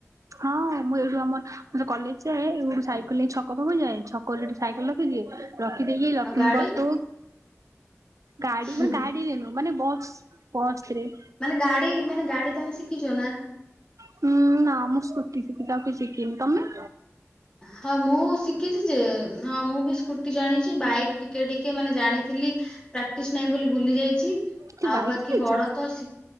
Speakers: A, on the right; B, on the left.
A: ହଁ ମୁଁ ଏଇଠୁ ଆମର କଲେଜ ଯାଏ ଏଉଠୁ ସାଇକେଲ ନେଇ ଛକ ପାଖକୁ ଯାଏ ଛକ ସେଠି ସାଇକେଲ ଖୁଛି ରଖିଦେଇ ଲକ୍ଷ୍ମୀ
B: ଆଉ ଗାଡି
A: ବସ ଗାଡି
B: ହୁଁ,
A: ମାନେ ଗାଡି ଦେନୁ ମାନେ ବସ୍ ବସ ରେ।
B: ମାନେ ଗାଡି ମାନେ ଗାଡି ତମେ ଶିଖିଛ ନା।
A: ହୁଁ ନା ମୁଁ ସ୍କୁୁଟି ଶିଖିଚି ଆଉ କିଛି ସିଖିନି ତମେ?
B: ହଁ ମୁଁ ଶିଖିଛି ଯେ ହଁ ମୁଁ ବି ସ୍କୁ ଜାଣିଛି ବାଇକ୍ ଟିକେ ଟିକେ ମାନେ ଜାଣିଥିଲି ପ୍ରାକ୍ଟିସ ନାହିଁ ବୋଲି ଭୁଲି ଯାଇଛି।
A: କି
B: ଆଉ
A: ବାଇକ୍
B: ବାକି
A: ଶିଖିଛ?
B: ବଡ ତ ଶ